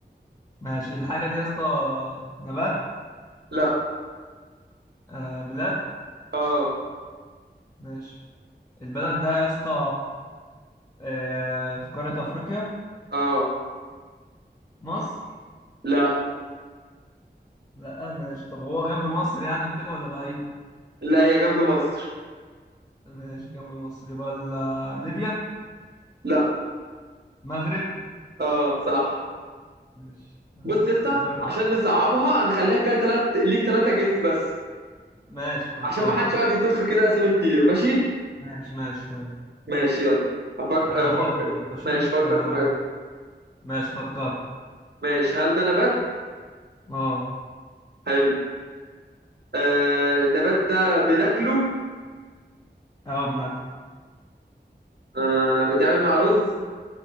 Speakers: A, on the left; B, on the right.
A: ماشي الحاجة دي يا اسطى نبات
B: لا
A: آه بلاد
B: اه
A: ماشي البلد ده يا اسطى آه في قارة أفريقيا
B: اه
A: مصر
B: لا
A: لا ماشي طب هو جنب مصر يعني وكده ولا بعيد
B: لا هي جنب مصر
A: ماشي جنب مصر يبقى ال- ليبيا
B: لا
A: مغرب
B: اه صح
A: ماشي تمام
B: بص يا اسطى
A: دور أنا.
B: عشان نصعبها هنخليها فيها تلات ليك تلاتة جس بس
A: ماشي خلصان
B: عشان ما حدش يقعد يطخ كده اسامي كتير ماشي
A: ماشي ماشي تمام
B: ماشي يلا أفك...
A: انا
B: افكر
A: هفكر بقى ماشي
B: ماشي فكر
A: آه
B: في حاجة
A: ماشي فكرت
B: ماشي هل ده نبات
A: اه
B: حلو آه النبات ده بناكله
A: اه بنك
B: آه بيتعمل مع رز